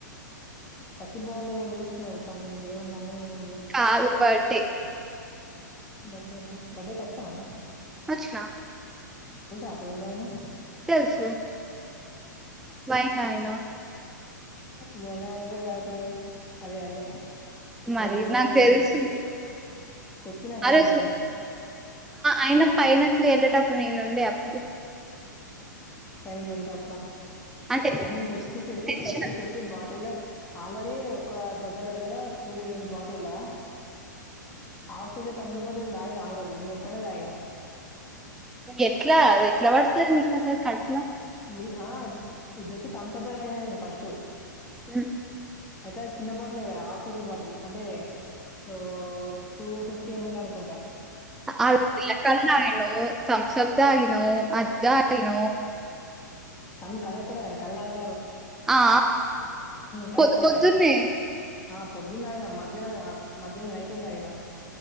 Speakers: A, on the left (about 20°); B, in the centre.
A: ప్రతిభావలు ఏమో చేసుకున్నారు సంథింగ్ దేమన్నా ఏమో
B: కాల్ బర్డే
A: బర్డేనా బర్డే ఖచ్చిన నను
B: అచ్చనా
A: అప్పుడు ఏం తగ్గినావ్
B: తెలుసు వైన్ తాగినా
A: జనలే అదే అదే
B: మరి
A: ప్రదీప్ బావ
B: నాకు తెలుసు
A: నేను చెప్పిన నేనే
B: అరే అయిన పైనకి వెళ్లటప్పు న ను ఉండ అప్పుడు
A: పని కుడదు అప్పుడ
B: అంటే
A: అది తెచ్చి పెట్టి
B: తెలిసిన
A: తెచ్చి పెట్టి బాటిల్ లా ఆల్రెడీ ఒక దగ్గర దగ్గర two litres bottle half litre Thums up bottle తగిన ఆల్రెడీ నేను ఒక్కనేదాయినా
B: ఎట్లా ఎట్లా పడుతుంది మీకు అసాల్ కడుపూ లో
A: లీ జస్ట్ థమ్స అప్పే తాగిన నేను ఫస్ట్
B: హ్మ్
A: అయితే చిన్న బాటిల్ హాఫ్ లీటర్ బాటిల్ అంటే ఓ టూ ఫిఫ్టీ ఎంఎల్ అనుకుంట
B: అ కళయిన సంశబ్దగన అద్దగన
A: తమ్ కల్క్డయ కళాలనేరు
B: ఆ
A: కలక్కడ
B: పొద్దు పొద్దున్నే
A: అయనా ఆ పొద్దున్న ఆయన మధ్యాహ్న మధ్యాహ్న నైట్ ఉంద అయనా